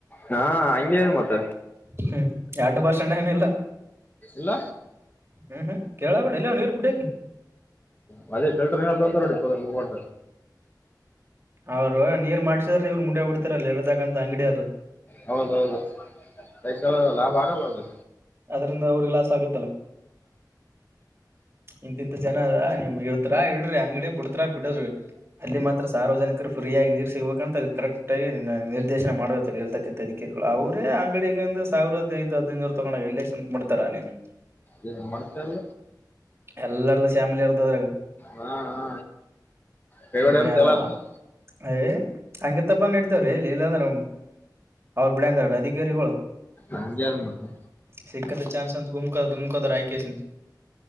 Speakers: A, on the left; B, on the right.
A: ಹಾ ಹಂಗೆ ಮತ್ತೆ
B: ಹ್ಮ ಯರಡು ಬಸ್್ಟ್ಯಾಂಡ ಏನ ಇಲ್ಲ
A: ಇಲ್ಲ
B: ಹ್ಮ್ ಹ್ಮ ಕೇಳ್ಬೇಡಲ್ಲ ನೀರು ಕುಡಿಯಕ್ಕೆ
A: ಹ ಮೆ ಫಲ್್ಟರ್ ಇತಂತ ವಟ
B: ಅವ್ರು ನೀರ್ ಮಾಡ್ಸಿದ್ರ ಇವ್ರು ಮುಡಿ ಉಡ್ತರಲ್ಲ ಇರರ್ತಕ್ಕಂತ ಅಂಗಡಿ
A: ಹೌದೌದು ಕೈ ಲಾಭ ಆಗಲ್ಲದು
B: ಅವ್ರಸ್ ಆಗುತ್ತಲ್ಲ ಇಂತಿಂತ ಜನ ನೀವ್ ಇತ್ರಾ ಇಡ್ರಿ ಅಂಗಡಿ ಬಿಡತರಾ ಬಿಡ್ರಿ ಅಲ್ಲಿ ಮಾತ್ರ ಸಾರ್ವಜನಿಕರು ಫ್ರೀಯಗಿ ನೀರ್ ಸಿಗ್ಬೇಕಂತ ಕರೆಕ್ಟ್ ಆಗಿನ್ನ ನಿರ್ದೇಶನ ಮಾಡ ಇರ್ತಕ್ಕಂಥ ತರಿಕರುಗಳು ಅವರೇ ಅಂಗಡಿಗಂದ್ರ ಸಾವಿರದಐದು ಹದೈನೂರು ತಗಳೋಗ ಎಲ್ಲ ಎ್ಡ್ತಾರ ನೀನು
A: ಎ ನಂಬಡ್ ಸರ್
B: ಎಲ್ಲಾರ್ದು ಫ್ಯಾಮಿಯ ಯರ್್ದ ಅದ್ರಾಗ
A: ಹಾ ಹಾ ಕೈವಾಡ
B: ುಮನೆಲ್ಲ
A: ಇರುತ್ತೆ ಎಲ್ಲ ಇರುತ್ತೆ
B: ಹ ಹಂಗ ತಪ್ಪ ನ ನಡತೇವ್ರೀ ಇಲ್ಲಿ ಇಲ್ಲಾಂದ್ರ ಅವ್ರು ಬಿಡಂಗಾರ ಅಧಿಕಾರಿಗಳು
A: ಹಂಗೆ ಅದ್ ಮತ್ತೆ
B: ಸಿಕ್ಕತ ಚಾನ ಸ ಉಮಕ ುಮಕತ ಆಯಕಸ